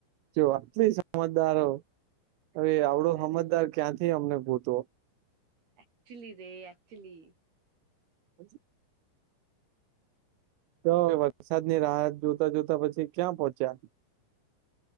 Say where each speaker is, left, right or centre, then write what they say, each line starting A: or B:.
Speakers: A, on the right (about 80°); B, on the right (about 50°).
A: જો આટલી સમજદાર છો. હવે
B: તો
A: આવડો
B: શું કરે.
A: હમદાર ક્યાંથી અમને ભૂતો
B: એકક્ચુલી રે એકક્ચુઅલી
A: <inaudible> તો વરસાદની રાહ જોતા જોતા પછી ક્યાં પહોંચ્યા.